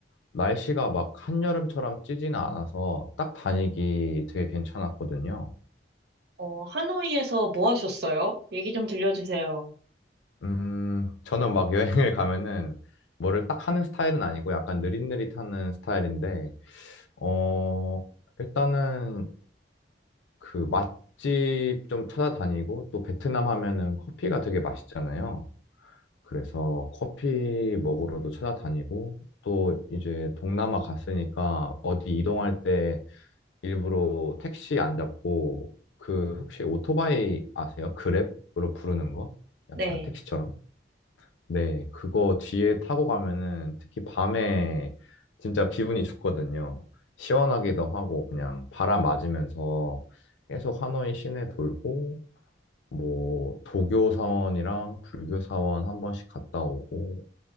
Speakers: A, on the left; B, on the right.
A: 날씨가 막 한여름처럼 찌지는 않아서 딱 다니기 되게 괜찮았거든요.
B: 어, 하노이에서 뭐 하셨어요? 얘기 좀 들려주세요.
A: 음, 저는 막 여행을 가면은 뭐를 딱 하는 스타일은 아니고 약간 느릿느릿하는 스타일인데, 어, 일단은 그 맛집 좀 찾아다니고 또 베트남 하면은 커피가 되게 맛있잖아요. 그래서 커피 먹으러도 찾아다니고 또 이제 동남아 갔으니까 어디 이동할 때 일부러 택시 안 잡고 그 혹시 오토바이 아세요? 그랩으로 부르는 거? 약간
B: 네.
A: 택시처럼? 네, 그거 뒤에 타고 가면은 특히 밤에 진짜 기분이 좋거든요. 시원하기도 하고 그냥 바람 맞으면서 계속 하노이 시내 돌고 뭐 도교 사원이랑 불교 사원 한 번씩 갔다 오고